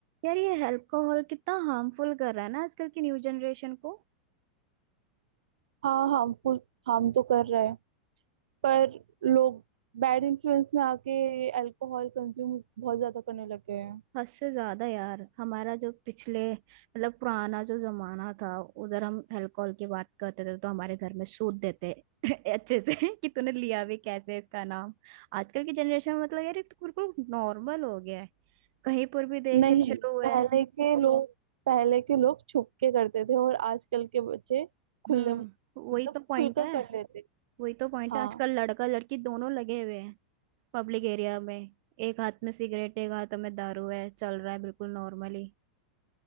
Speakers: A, on the right (about 50°); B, on the right (about 65°).
A: यार ये अल्कोहल कितना हार्मफुल कर रहा है ना आजकल की न्यू जनरेशन को
B: हाँ harmful Harm तो कर रहा है पर लोग बैड इन्फ्लुएंस में आके अल्कोहल कंज्यूम बहुत ज्यादा करने लग गए हैं
A: हद से ज्यादा यार हमारा जो पिछले मतलब पुराना जो जमाना था उधर हम अल्कोहल की बात करते थे तो हमारे घर में सूद देते <laughs> अच्छे से कि तूने लिया भी कैसे इसका नाम आजकल की जनरेशन में मतलब यार ये तो बिल्कुल नॉर्मल हो गया है कहीं पर भी देख
B: नहीं
A: रहे शुरू हुआ
B: पहले
A: है
B: के लोग पहले के लोग छुप के करते थे और आजकल के बच्चे खुले
A: हम्म
B: मतलब
A: वही तो पॉइंट
B: खुलकर
A: है
B: कर लेते हैं।
A: वही तो पॉइंट
B: हाँ
A: है आजकल लड़का लड़की दोनों लगे हुए हैं पब्लिक एरिया में एक हाथ में सिगरेट एक हाथ में दारू है चल रहा है बिल्कुल नॉर्मली